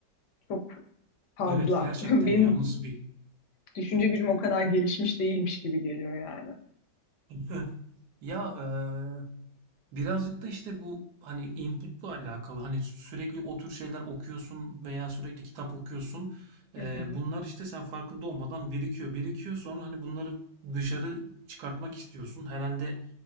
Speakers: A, on the left; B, on the right.
A: Çok fazla.
B: evet gerçekten
A: <laughs> Benim
B: ya. Nasıl bir
A: Düşünce gücüm o kadar gelişmiş değilmiş gibi geliyor yani.
B: <laughs> ya eee, birazcık da işte bu hani inputla alakalı hani sürekli o tür şeyler okuyorsun veya sürekli kitap okuyorsun. Eee,
A: Hı hı,
B: bunlar işte sen farkında olmadan birikiyor birikiyor sonra hani bunları dışarı çıkartmak istiyorsun. Herhalde